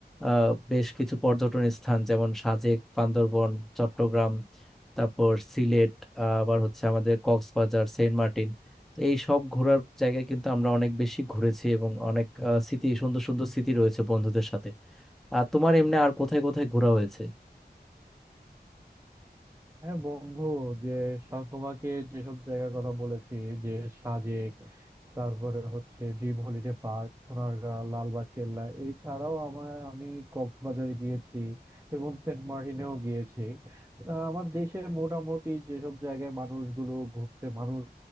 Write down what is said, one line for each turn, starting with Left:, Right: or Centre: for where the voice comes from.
Centre: আহ, বেশ কিছু পর্যটন স্থান যেমন সাজেক বান্দরবন চট্টগ্রাম তারপর সিলেট আহ, আবার হচ্ছে আমাদের কক্সবাজার সেন্ট মার্টিন তো এই সব ঘোরার জায়গায় কিন্তু আমরা অনেক বেশি ঘুরেছি এবং অনেক আহ, স্মৃতি সুন্দর সুন্দর স্মৃতি রয়েছে বন্ধুদের সাথে আর তোমার এমনি আর কোথায় কোথায় ঘোরা হয়েছে
Right: হ্যাঁ বন্ধু যে সা- তোমাকে যেসব জায়গার কথা বলেছি যে সাজেক তারপরে হচ্ছে dream holiday park Sonargaon Lalbagh Kella এছাড়াও আমার আমি কক্সবাজারে গিয়েছি এবং সেন্ট মার্টিনেও গিয়েছি আহ, আমার দেশে মোটামুটি যেসব জায়গায় মানুষগুলো ঘুরতে মানুষ